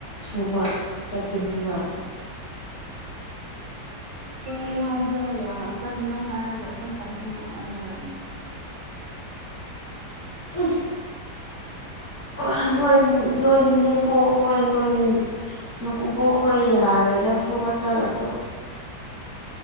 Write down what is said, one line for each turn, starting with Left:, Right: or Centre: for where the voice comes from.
Left: ꯁꯨꯕ ꯆꯠꯀꯅꯤꯕ
Right: ꯑꯣ ꯍꯥꯏꯕ ꯌꯥ ꯆꯠꯂꯣ ꯍꯥꯏꯔꯒ ꯆꯠꯇꯕꯗꯨꯕꯨ ꯑꯩꯅꯔꯣꯅꯦ
Left: ꯎꯐ ꯑꯣ ꯅꯣꯏꯅꯅꯦ ꯄꯣꯛꯈꯣꯏ ꯅꯣꯏ ꯅꯀꯨꯞꯕꯣꯛ ꯈꯣꯏ ꯌꯥꯔꯣꯏꯗ ꯁꯨꯕ ꯆꯠꯂꯁꯨ